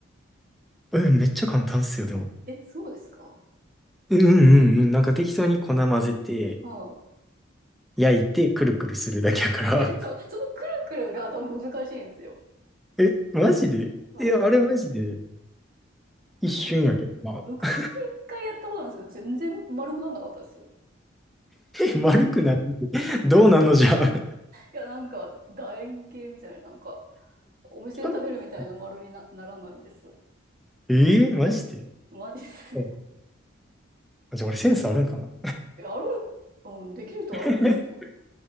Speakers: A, in the centre; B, on the right.
A: え、めっちゃ簡単っすよ、でも。
B: え、そうですか
A: うんうんうん。なんか適当に粉混ぜて、
B: はい。
A: 焼いて、くるくるするだけやから。
B: <laughs> くるそう、そのくるくるが多分難しいんですよ。
A: <laughs> え、マジでいや、
B: そう。
A: あれマジで一瞬やけどな。
B: なんかむ、昔一回やったことあるんですけど、全然丸くなんなかったですよ。
A: え、丸くない <laughs>。どうなんのじゃあ。
B: いや、なんか、楕円形みたいな、なんか、お店で食べるみたいな丸にな、
A: <laughs>
B: ならないです。
A: えー、マジで
B: マジです。<laughs> い
A: あ、じゃあ俺センスあるんかな。
B: や、ある、うん、できる人はあるんですよ。
A: <laughs>